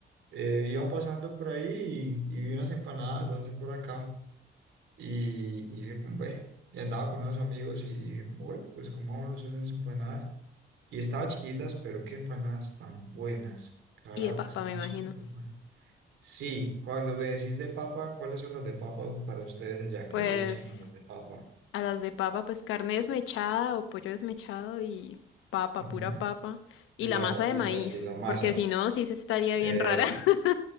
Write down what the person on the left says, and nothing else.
Y de papa,
me imagino.
Pues
a las de papa, pues carne desmechada o pollo desmechado y papa,
pura papa. Y
la
masa
de maíz,
porque si no, sí se estaría
bien rara. <laughs>